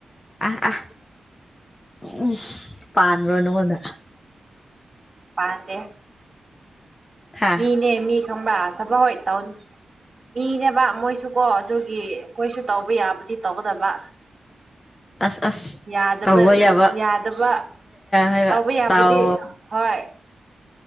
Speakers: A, on the left; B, on the right.
A: ꯑ ꯑ ꯎꯝ ꯄꯥꯟꯕ꯭ꯔꯣ ꯅꯉꯣꯟꯗ
B: ꯄꯗꯦ
A: ꯍꯥ
B: ꯃꯤꯅꯦ ꯃꯤ ꯈꯪꯕ꯭ꯔꯥ ꯊꯕꯛ ꯍꯣꯏ ꯇꯥꯎꯟ ꯃꯤꯅꯦꯕ ꯃꯣꯏꯁꯨ ꯀꯣ ꯑꯗꯨꯒꯤ ꯑꯩꯈꯣꯏꯁꯨ ꯇꯧꯕ ꯌꯥꯕꯨꯗꯤ ꯇꯧꯒꯗꯕ
A: ꯑꯁ ꯑꯁ
B: <inaudible> ꯌꯥꯗꯕ
A: ꯇꯧꯕ ꯌꯥꯕ
B: ꯌꯥꯗꯕ
A: ꯍꯥꯏꯕ
B: ꯇꯧꯕ ꯌꯥꯕꯨꯗꯤ
A: ꯇꯥꯎ
B: ꯍꯣꯏ